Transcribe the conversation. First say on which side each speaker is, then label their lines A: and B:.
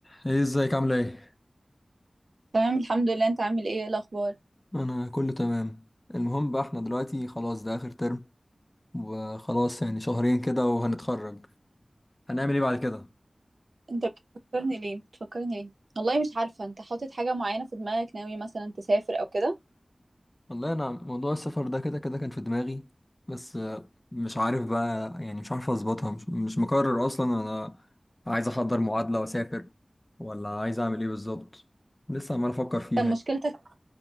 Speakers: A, on the left; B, on the right.
A: ايه ازيك عامله ايه
B: تمام الحمد لله انت عامل ايه ايه الاخبار
A: انا كله تمام المهم بقى احنا دلوقتي خلاص ده اخر ترم وخلاص يعني شهرين كده وهنتخرج هنعمل ايه بعد كده
B: انت بتفكرني ليه بتفكرني ليه والله مش عارفه انت حاطط حاجه معينه في دماغك ناوي مثلا تسافر او كده
A: والله انا موضوع السفر ده كده كده كان في دماغي بس آه، مش عارف بقى يعني مش عارف اظبطها مش, مش مقرر اصلا انا عايز احضر معادله واسافر ولا عايز اعمل ايه بالظبط لسه عمال افكر فيها
B: كان
A: يعني
B: مشكلتك